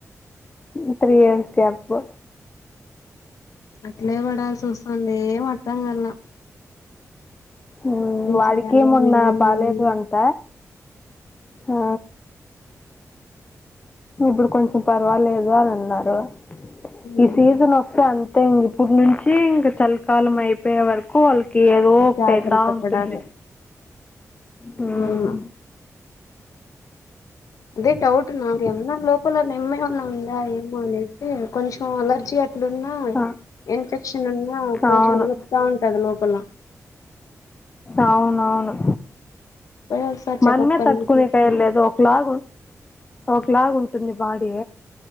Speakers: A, on the left; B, on the left.
A: ఉ త్రీ ఇయర్స్ గ్యాపు
B: అట్లే పడాల్సి వస్తుంది ఏం అర్థం కాలే
A: ఉ వాడికి
B: చేయాలో
A: మొన్న
B: ఏమో
A: బాలేదు అంట ఉ ఇప్పుడు కొంచెం పర్వాలేదు అని అన్నారు
B: అవును
A: ఈ సీజన్ వ సో అంతే ఇంకా ఇప్పుటి నుంచి ఇంకా చలికాలం అయిపోయే వరకు ఎక్కువ వాళ్ళకి ఏదో
B: జాగ్రత్త
A: <inaudible> ఉంటుంది
B: పడాలి
A: హ్మ్.
B: అవును అదే డౌట్ నాకేమన్నా లోపల నిమ్మ ఉన్నా ఉందా ఏమో అనేసి కొంచెం అలర్జీ అట్లున్న
A: ఆ!
B: ఇన్ఫెక్షన్ ఉన్నా కొంచెం
A: అవును.
B: నల బాగుంటాడు లోపల
A: అవునవును
B: <inaudible>
A: మనమే
B: కళ్ళ
A: తట్టుకునేయట్లేదు
B: చూసుకోండి
A: ఒకలాగ ఒకలాగ ఉంటుంది బాడీ